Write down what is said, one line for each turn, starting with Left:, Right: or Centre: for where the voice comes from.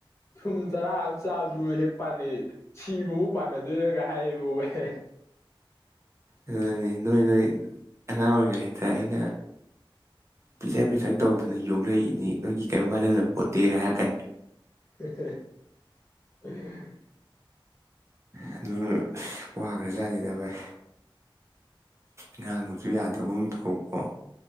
Left: ꯊꯨꯝ ꯆꯔꯥ ꯑꯃ ꯆꯥꯕꯗꯨ ꯍꯦꯛ ꯄꯥꯟꯅꯩ ꯁꯤꯕꯕꯨ ꯄꯥꯟꯅꯗꯣꯏꯔꯒ ꯍꯥꯏꯌꯦꯕꯨ ꯋꯥꯍ
Right: ꯎꯝ ꯅꯣꯏ ꯅꯣꯏ ꯑ ꯑꯣꯏꯔꯒ ꯗ ꯑꯩꯅ ꯄꯤꯤꯁꯛ ꯄꯤꯤꯁꯛ ꯇꯧꯗꯅ ꯌꯣꯛꯂꯛꯏꯅꯤ ꯅꯣꯏꯒꯤ ꯀꯔꯤꯝ ꯀꯥꯏꯜꯍꯜꯂꯕ ꯄꯣꯠꯇꯦꯒ ꯍꯥꯏꯔꯛꯀꯅꯤ
Left: <unintelligible>
Right: ꯑꯗꯨ ꯋꯥꯈ꯭ꯔꯖꯥꯠꯅꯤ ꯚꯥꯏ ꯉꯍꯥꯡꯕꯁꯨ ꯌꯥꯗꯕꯨꯝ ꯇꯧꯀꯣ